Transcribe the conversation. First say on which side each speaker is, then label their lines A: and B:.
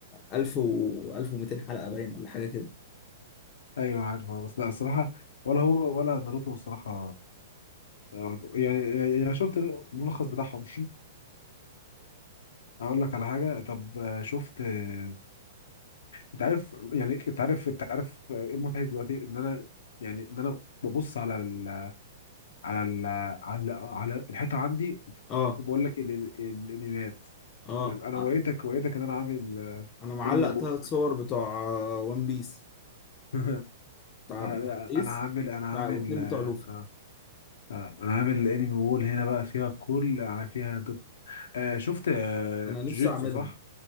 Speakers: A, on the left (about 30°); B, on the left (about 75°).
A: 1000 و 1200 حلقه باين ولا حاجه كده
B: ايوه عارف بس لا الصراحه ولا هو ولا ناروتو الصراحه آه، يعني يعني شفت الملخص بتاعهم <laughs> اقول لك على حاجه طب آه، شفت آه، انت عارف يعني انت عارف انت عارف آه، ايه المضحك دلوقتي ان انا يعني ان انا ببص على ال على ال على ال على الحيطه عندي
A: اه
B: وبقول لك ال- ال- الانميات
A: اه
B: انا
A: ع-
B: وريتك وريتك ان انا عامل آه،
A: انا معلق
B: انمي وول
A: ثلاث صور بتوع وان بيس
B: <laughs> انا
A: بتاع بتاع
B: انا
A: ايس
B: أنا عامل انا عامل
A: بتاع واتنين
B: آه،
A: بتوع لوفي
B: آه، آه، انا عامل انمي وول هنا بقى فيها كل فيها دوت آه، شفت آه،
A: انا نفسي
B: جوجيتسو
A: اعملها
B: صح